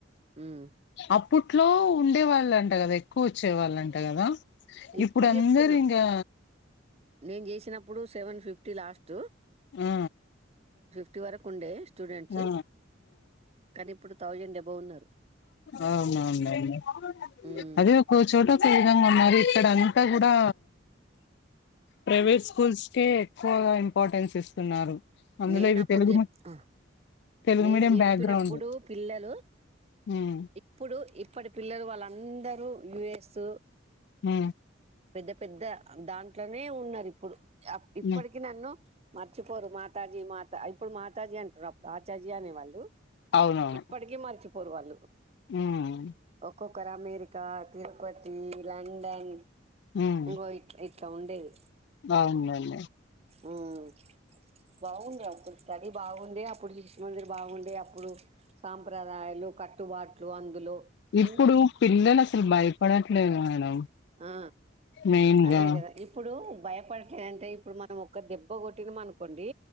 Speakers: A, on the right; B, on the left.
A: ఉమ్
B: అప్పుడు ఇంట్లో ఉండే వాళ్ళంట కదా ఎక్కువ వచ్చే వాళ్ళుంట కదా
A: ఇప్పుడు
B: అందరు
A: చెప్తున్నా
B: ఇంకా
A: నేను చేసినప్పుడు సెవెన్ ఫిఫ్టీ లాస్ట్
B: ఆ
A: ఇటి వరకు ఉండే స్టూడెంట్స్
B: ఆ
A: కానీ ఇప్పుడు థౌజండ్ అబవ్ ఉన్నారు
B: ఆ అవునువును లెండి
A: ఉమ్
B: అదే ఓ చు ఈ విధంగా ఉన్నది ఇక్కడంతా కూడా ప్రైవేట్ స్కూల్స్ కే ఎక్కువగా ఇంపార్టెన్స్ ఇస్తున్నారు అందులో
A: నేను
B: ఇవి
A: అప్పుడు
B: తెలుగు
A: చెప్
B: మీ-
A: ఆ
B: తెలుగు
A: నేను
B: మీడియం
A: చెప్పినప్పుడు
B: బ్యాక్గ్రౌండ్
A: పిల్లలు
B: ఉమ్,
A: ఇప్పుడు ఇప్పటి పిల్లలు వాళ్ళందరూ యుఎస్
B: హ
A: పెద్ద పెద్ద దాంట్లోనే ఉన్నారు ఇప్పుడు ఇప్పటికి
B: ఉమ్.
A: నన్ను మర్చిపోరు మాతాజీ మాతా ఇప్పుడు మాతాజీ అంటరు అప్పుడు ఆచాజీ అనేవాళ్ళు
B: అవునవును
A: ఇప్పటికీ మర్చి పోర్ వాళ్ళు
B: ఉమ్,
A: ఒక్కొ ఓ ఒక్కర్ అమెరికా తిరుపతి లండన్
B: ఉమ్.
A: ఇగో ఇట్లా ఇట్ల ఉండేది
B: అవునండి
A: ఉమ్ బాగుండే అప్పుడు స్టడీ బాగుండే అప్పుడు శిశు మందిర్ బాగుండే అప్పుడు సాంప్రదాయాలు కట్టుబాట్లు అందులో
B: ఇప్పుడు
A: ఉమ్
B: పిల్లలు అసలు భయపడట్లేదు మేడం
A: ఆ
B: మెయిన్
A: అదే
B: గా
A: కదా ఇప్పుడు భయప ఎ అంటే ఇప్పుడు మనం ఒక్క దెబ్బ కొట్టిన అనుకోండి